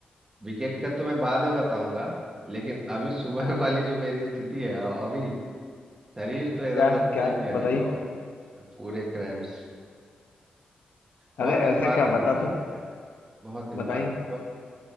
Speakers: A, on the right (about 20°); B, on the left (about 65°).
A: विकेट का तो मैं बाद में बताऊंगा लेकिन अभी सुबह
B: हाँ
A: <laughs> वाली जो मेरी स्थिति है अ- अभी शरीर तो एकदम
B: क्या
A: लगता
B: क्या
A: है कि अरे
B: बताइए
A: बाबा पूरे क्रैम्प्स बहुत
B: अरे
A: दिन
B: ऐसा
A: बाद
B: क्या
A: मैंने
B: बता
A: बॉलिंग
B: तो
A: किया बहुत दिन
B: बताइए
A: बाद लगभग